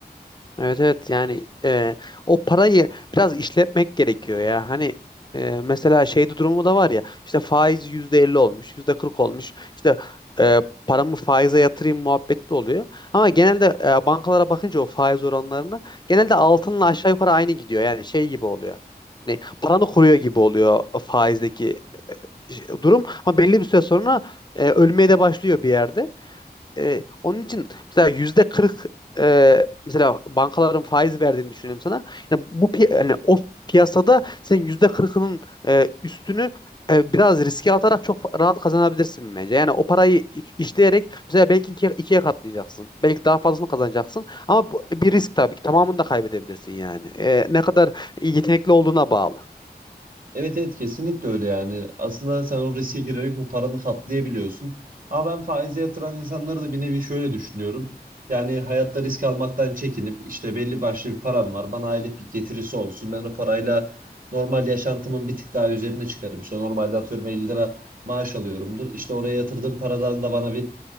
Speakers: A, on the left; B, on the right.
A: Evet evet yani e, o parayı biraz işletmek gerekiyor ya. Hani e, mesela şeyde durumu da var ya işte faiz %50 olmuş %40 olmuş işte e, paramı faize yatırayım muhabbeti de oluyor. Ama genelde e, bankalara bakınca o faiz oranlarına genelde altınla aşağı yukarı aynı gidiyor yani şey gibi oluyor. Hani paranı koruyor gibi oluyor faizdeki şey- durum ama belli bir süre sonra e, ölmeye de başlıyor bir yerde. E, onun için mesela yüzde kırk e, mesela bankaların faiz verdiğini düşünelim sana. Yani bu pi- yani o piyasada sen yüzde kırkının e, üstünü e, biraz riske atarak çok rahat kazanabilirsin bence. Yani o parayı i- işleyerek mesela belki ikiye, ikiye katlayacaksın. Belki daha fazlasını kazanacaksın. Ama bu bir risk tabii ki. Tamamını da kaybedebilirsin yani. E, ne kadar yetenekli olduğuna bağlı.
B: Evet evet kesinlikle öyle yani. Aslında sen o riske girerek o paranı katlayabiliyorsun. Ama ben faize yatıran insanları da bir nevi şöyle düşünüyorum. Yani hayatta risk almaktan çekinip işte belli başlı bir param var. Bana aylık bir getirisi olsun. Ben o parayla normal yaşantımın bir tık daha üzerine çıkarım. İşte normalde atıyorum 50 lira maaş alıyorumdur. İşte oraya yatırdığım paradan da bana bir